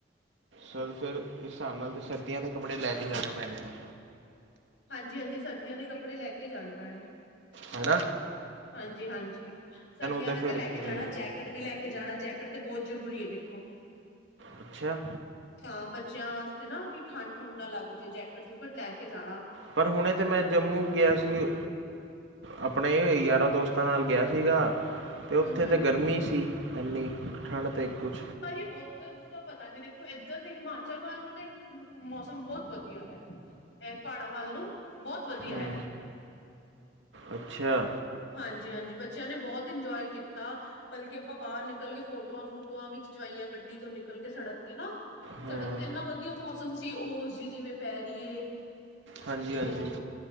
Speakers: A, on the right (about 80°); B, on the left (about 75°).
A: ਸਰ ਫਿਰ ਇਸ ਹਿਸਾਬ ਨਾਲ ਤੇ ਸਰਦੀਆਂ ਦੇ ਕੱਪੜੇ ਲੈ ਕੇ ਜਾਣੇ ਪੈਣੇ। ਨੇ
B: ਹਾਂਜੀ, ਹਾਂਜੀ ਸਰਦੀਆਂ ਦੇ ਕੱਪੜੇ ਲੈ ਕੇ ਈ ਜਾਣੇ ਪੈਣੇ।
A: ਹਾਣਾ
B: ਹਾਂਜੀ, ਹਾਂਜੀ ਸਰਦੀਆਂ
A: ਤਾਂ
B: ਦੇ ਤੇ
A: ਫਿਰ
B: ਲੈ ਕੇ
A: ਜੀ
B: ਜਾਣਾ ਜੈਕ ਜੈਕਟ ਵੀ ਲੈ ਕੇ ਜਾਣਾ ਜੈਕਟ ਤੇ ਬਹੁਤ ਜ਼ਰੂਰੀ ਏ ਵੇਖੋ।
A: ਅੱਛਾ।
B: ਹਾਂ, ਬੱਚਿਆਂ ਵਾਸਤੇ ਨਾ ਕਿ ਠੰਡ ਠੁੰਡ ਨਾ ਲੱਗ ਜੇ ਜੈਕਟ ਜੁਕਟ ਲੈ ਕੇ ਜਾਣਾ।
A: ਪਰ ਹੁਣੇ ਤੇ ਮੈਂ ਜੰਮੂ ਗਿਆ ਸੀ ਆਪਣੇ ਯਾਰਾਂ ਦੋਸਤ ਾਂਤਾ ਨਾਲ ਗਿਆ ਸੀਗਾ ਤੇ ਉੱਥੇ
B: ਹੂੰ ਹੂੰ
A: ਤੇ ਗਰਮੀ ਸੀ ਇੰਨੀ ਠੰਡ ਤੇ ਕੁਛ
B: ਭਾਜੀ ਓਦ ਤੇਰ ਤਾਂ ਪਤਾ ਨਹੀ ਦੇਖੋ ਇੱਧਰ ਦੇ ਹਿਮਾਚਲ ਵੱਲ ਨੂੰ ਤੇ ਮੌਸਮ ਬਹੁਤ ਵਧੀਆ ਹੈ। ਐ ਪਹਾੜਾਂ ਵੱਲ ਨੂੰ ਬਹੁਤ ਵਧੀਆ
A: ਹੂੰ
B: ਐ।
A: ਅੱਛਾ।
B: ਹਾਂਜੀ ਹਾਂਜੀ ਬ ਚਿਆਂ ਨੇ ਬਹੁਤ ਇੰਜੋਏ ਕੀਤਾ। ਬਲਕਿ ਆਪਾਂ ਬਾਰ ਨਿਕਲ ਕੇ ਫੋਟੋਆਂ ਫੂਟੂਆਂ ਵੀ ਖਿਚਵਾਈਆਂ ਗੱਡੀ ਤੋਂ ਨਿਕਲ ਕੇ ਸੜਕ ਤੇ ਨਾ।
A: ਹੂੰ
B: ਸੜਕ ਤੇ ਇੰਨਾ ਵਧੀਆ ਮੌਸਮ ਸੀ ਓਸ ਜੀ ਜਿਵੇਂ ਪੈ ਰੀਏ।
A: ਹਾਂਜੀ
B: ਪਿੱਛੋਂ
A: ਹਾਂਜੀ